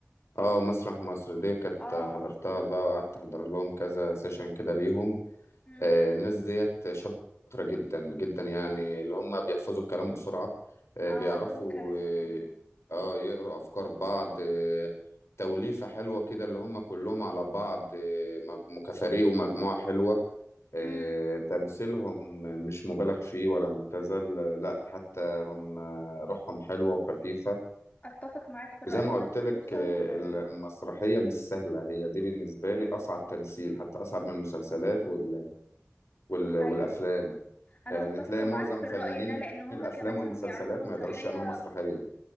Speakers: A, on the left; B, on the left.
A: اه مسرح مصر دي كانت
B: آه
A: حضرتها بقى وقعدت احضر لهم كذا سيشن كده ليهم
B: امم
A: آه، الناس ديت شاطره جدا جدا يعني اللي هم بيحفظوا الكلام بسرعه آه،
B: آه
A: بيعرفوا
B: عندهم كاريزما
A: اه
B: كمان
A: آه، يقروا افكار بعض آه، توليفه حلوه كده اللي هم كلهم على بعض آه، مج- كفريق ومجموعه حلوه آه،
B: امم
A: تمثيلهم مش مبالغ فيه ولا مبتذل آه، لا حتى هم آه، روحهم حلوة وخفيفة
B: أتفق معاك في الرأي
A: وزي ما
B: ده
A: قلت
B: خصوصا
A: لك آه،
B: آه،
A: المسرحية مش سهلة هي دي بالنسبة لي أصعب تمثيل حتى أصعب من المسلسلات وال... وال...
B: أيوه
A: والأفلام
B: انا
A: يعني
B: متفقه
A: تلاقي
B: معاك
A: معظم
B: في
A: فنانين
B: الراي ده لان هما
A: الأفلام
B: كمان كانوا
A: والمسلسلات
B: بيعملوا مسرحيه
A: ما يقدروش يعملوا مسرحية